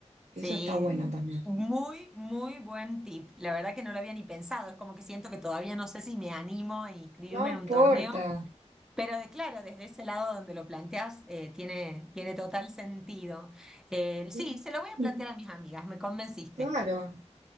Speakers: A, on the right; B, in the centre.
A: Eso
B: Sí,
A: está bueno también.
B: muy, muy buen tip. La verdad que no lo había ni pensado. Es como que siento que todavía no sé si me animo a inscribirme
A: No
B: en
A: importa.
B: un torneo, pero de, claro, desde ese lado donde lo planteas, eh, tiene, tiene total sentido. Eh, sí,
A: <laughs>
B: se lo voy a plantear a mis amigas, me convenciste.
A: Claro.